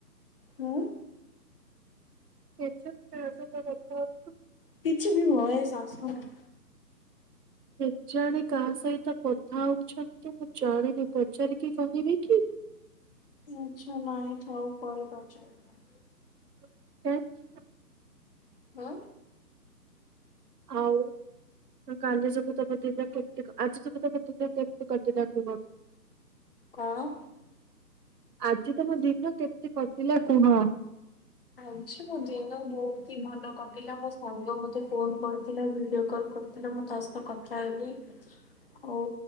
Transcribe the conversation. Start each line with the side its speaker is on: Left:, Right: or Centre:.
Left: ହୁଁ।
Right: <unintelligible>
Left: କିଛି ବି ଭଏସ୍ ଆସୁନି।
Right: କେଜାଣି କାହା ସହିତ କଥା ହଉଛନ୍ତି ମୁଁ ଜାଣିନି ପଚାରିକି କହିବି କି?
Left: ଆଚ୍ଛା ନାଇଁ ଥାଉ ପରେ ପଚାରିବ।
Right: <unintelligible>
Left: ଆଁ।
Right: ଆଉ କାଲି ଯୋଗୁ ତମ ଦିନ କେମିତି ଆଜି ଯୋଗୁ ତମ ଦିନ କେମିତି କଟିଲା କୁହ?
Left: କଣ?
Right: ଆଜି ତମ ଦିନ କେମିତି କଟିଲା କୁହ?
Left: ଆଜି ମୋ ଦିନ ବହୁତ୍ ତି ଭଲ କଟିଲା ମୋ ସାଙ୍ଗ ମୋତେ ଫୋନ୍ କରିଥିଲା ଭିଡିଓ କଲ୍ କରି ଥିଲା ମୁଁ ତା ସହିତ କଥା ହେଲି ଆଉ